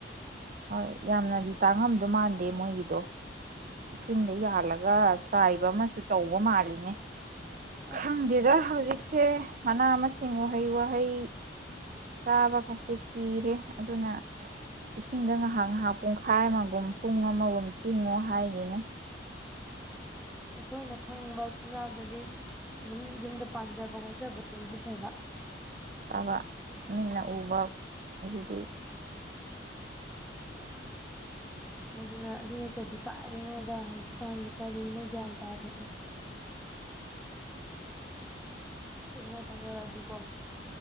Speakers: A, on the right (about 45°); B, in the centre.
A: ꯍꯣꯏ ꯌꯥꯝꯅꯗꯤ ꯇꯥꯡꯉꯝꯗꯧ ꯃꯥꯟꯗꯦ ꯃꯣꯏꯒꯤꯗꯣ ꯏꯁꯤꯡꯗ ꯌꯥꯜꯂꯒ ꯆꯥꯏꯕ ꯑꯃꯁꯨ ꯇꯧꯕ ꯃꯥꯜꯂꯤꯅꯦ
B: ꯑꯁ
A: ꯈꯪꯗꯦꯗ ꯍꯔ ꯏꯁꯦ ꯃꯅꯥ ꯃꯁꯤꯡ ꯎꯍꯩ ꯋꯥꯍꯩ ꯆꯥꯕ ꯈꯖꯤꯛ ꯄꯤꯔꯦ ꯑꯗꯨꯅ ꯏꯁꯤꯡꯗ ꯉꯥꯏꯍꯥꯛ ꯉꯥꯏꯍꯥꯛ ꯄꯨꯡꯈꯥꯏ ꯑꯃꯒꯨꯝ ꯄꯨꯡ ꯑꯃꯒꯨꯝ ꯇꯤꯡꯉꯣ ꯍꯥꯏ ꯑꯅꯦ
B: ꯑꯩꯈꯣꯏꯅ ꯈꯪꯕ ꯆꯤꯟꯖꯥꯛꯗꯨꯗꯤ ꯑꯗꯨꯝ ꯌꯨꯝꯗ ꯄꯥꯟꯖꯕ ꯈꯣꯠꯆꯕꯗꯨꯗꯤ ꯐꯩꯕ
A: ꯐꯕ ꯃꯤꯟꯅ ꯎꯕ ꯑꯗꯨꯗꯤ
B: ꯑꯗꯨꯅ ꯑꯗꯨ ꯅꯠꯇꯗꯤ ꯀꯥꯏꯗꯅꯣꯗ ꯍꯧꯖꯤꯛꯀꯥꯟꯁꯤ ꯀꯔꯤꯅꯣ ꯒ꯭ꯌꯥꯟ ꯇꯥꯗ꯭ꯔꯦ ꯐꯖꯅ ꯇꯧꯅꯔꯛꯑꯗꯤꯀꯣ